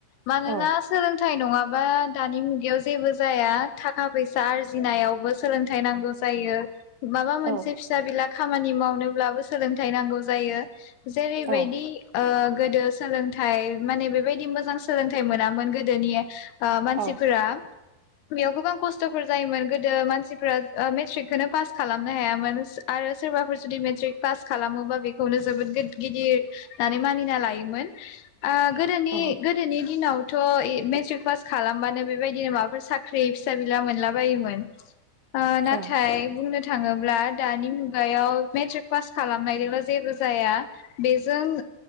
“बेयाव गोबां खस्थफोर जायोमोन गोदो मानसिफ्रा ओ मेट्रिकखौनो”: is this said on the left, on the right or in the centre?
Left